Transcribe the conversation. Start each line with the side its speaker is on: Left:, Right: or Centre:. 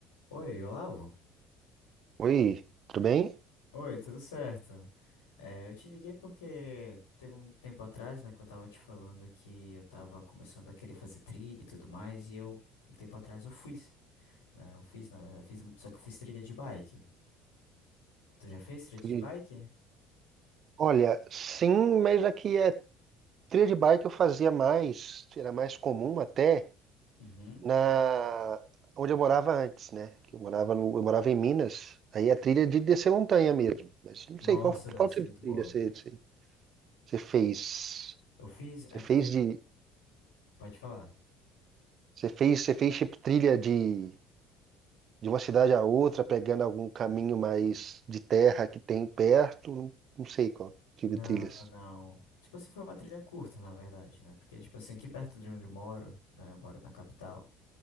Left: Oi, Olavo?
Right: Oi, tudo bem?
Left: Oi, tudo certo? É, eu te liguei porque teve um tempo atrás, né, que eu tava te falando que eu tava começando a querer fazer trilha e tudo mais, e eu, um tempo atrás, eu fiz, né? Eu fiz, na verdade, eu fiz, só que eu fiz trilha de bike. Tu já fez trilha de
Right: E,
Left: bike?
Right: Olha, sim, mas aqui é trilha de bike eu fazia mais, era mais comum até
Left: Uhum.
Right: na onde eu morava antes, né? Que eu morava no, eu morava em Minas. Aí a trilha de descer montanha mesmo. Mas não
Left: Nossa,
Right: sei qual
Left: deve
Right: qual
Left: ser
Right: tipo
Left: muito
Right: de trilha
Left: boa.
Right: você, você, você fez.
Left: Eu fiz, é
Right: Você
Left: porque,
Right: fez de
Left: pode falar.
Right: você fez você fez tipo trilha de de uma cidade a outra, pegando algum caminho mais de terra que tem perto. Não, não sei qual tipo
Left: Não,
Right: de trilhas.
Left: não. Tipo assim, foi uma trilha curta, na verdade, né? Porque, tipo assim, aqui perto de onde eu moro, né? Eu moro na capital,